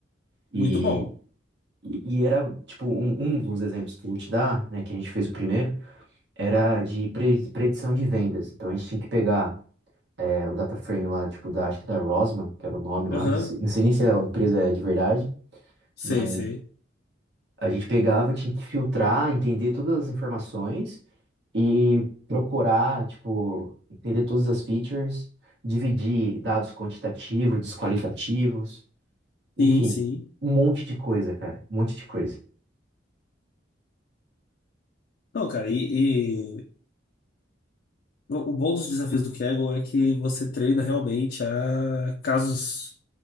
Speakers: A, on the right; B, on the left.
A: E,
B: Muito bom.
A: e e era, tipo, um, um dos exemplos que eu vou te dar, né, que a gente fez o primeiro, era de pre- predição de vendas. Então, a gente tinha que pegar é, o data frame lá, tipo, da, acho que da Rosman, que era o nome lá,
B: Aham.
A: não sei, não sei nem se a empresa é de verdade,
B: Sei,
A: mas
B: sei.
A: a gente pegava, tinha que filtrar, entender todas as informações e procurar, tipo, entender todas as features, dividir dados quantitativos dos qualitativos, Enfim,
B: Sim, sim.
A: um monte de coisa, cara. Um monte de coisa.
B: Não, cara, e, e o o bom dos desafios do Kaggle é que você treina realmente a casos,